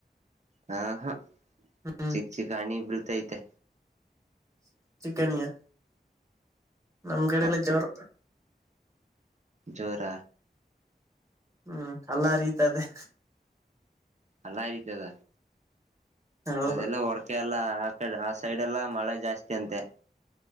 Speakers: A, on the right; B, on the right.
A: ಹಾ ಹಾ
B: ಹ್ಮ್
A: ಚಿಕ್ ಚಿಕಾಣಿ ಬಳ್ತ ಐತೆ
B: ಚಿಕನಿಯ ನಮಕಡೆಲ್ಲ
A: ಹ
B: ಜರ
A: ಜೋರ
B: ಹ್ಮ್ ಅಲ್ಲಾ ರೀತದೆೇ
A: ಅಲ್ಲಾ ತದ
B: ಹೌದು
A: ಅದೆಲ್ಲ ಹೊಡಕೆ ಎಲ್ಲ ಆಕಡೆ ಸೈಡ್ ಎಲ್ಲ ಮಳೆ ಜಾಸ್ತಿ ಅಂತೆ